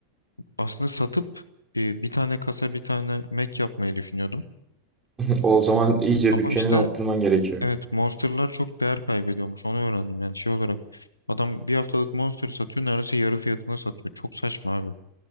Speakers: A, on the left; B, on the right.
A: Aslında satıp e, bir tane kasa bir tane Mac yapmayı düşünüyordum.
B: <laughs> O zaman iyice
A: Ama
B: bütçeni
A: işte
B: arttırman gerekiyor.
A: evet Monster'lar çok değer kaybediyormuş. Onu öğrendim. Yani şey olarak adam bir haftalık Monster satıyor. Neredeyse yarı fiyatına satıyor. Çok saçma abi.